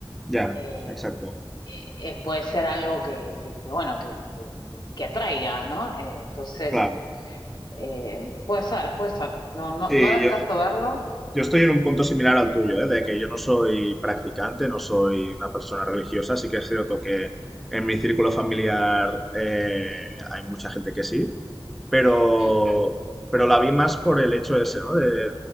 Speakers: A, in the centre; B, on the left.
A: Ya,
B: eh,
A: exacto.
B: eh, puede ser algo que, que- que, bueno, que, que- que atraiga, ¿no? Eh, entonces...
A: Claro.
B: Eh, puede ser, puede ser. No, no,
A: Sí,
B: no descarto
A: yo,
B: verlo.
A: Yo estoy en un punto similar al tuyo, ¿eh? De que yo no soy practicante, no soy una persona religiosa, sí que es cierto que en mi círculo familiar eh, hay mucha gente que sí, pero,
B: Mm.
A: pero la vi más por el hecho ese, ¿no? De, de-